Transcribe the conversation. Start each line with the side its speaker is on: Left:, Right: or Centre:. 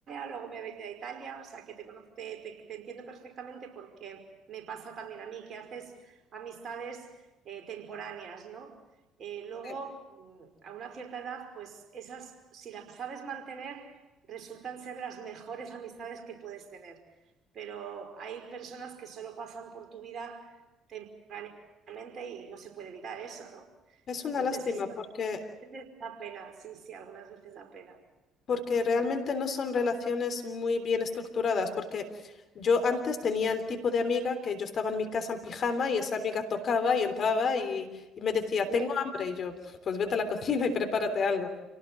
Right: luego me he venido a Italia, o sea que te conozco, te, te- te entiendo perfectamente porque me pasa también a mí que haces amistades eh, temporáneas, ¿no? Eh, luego,
Left: Sí.
Right: mm, a una cierta edad, pues esas, si las sabes mantener, resultan ser las mejores amistades que puedes tener pero hay personas que solo pasan por tu vida temporalmente y no se puede evitar eso, ¿no?
Left: Es
Right: Entonces,
Left: una lástima
Right: eso
Left: porque
Right: algunas veces da pena, sí, sí, algunas veces da pena.
Left: Porque realmente no son relaciones muy bien estructuradas, porque yo antes tenía el tipo de amiga que yo estaba en mi casa en pijama y esa amiga tocaba y entraba y, y me decía,
Right: Eh,
Left: tengo hambre, y yo, pues vete a la cocina y prepárate algo.